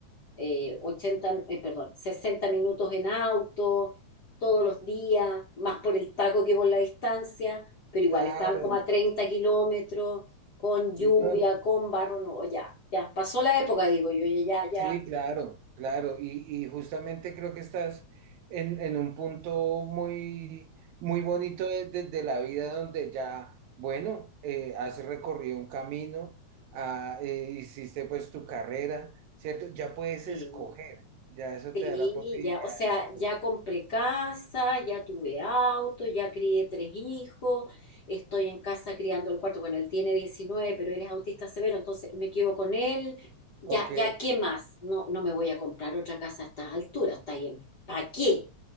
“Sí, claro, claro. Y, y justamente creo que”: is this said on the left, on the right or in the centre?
Right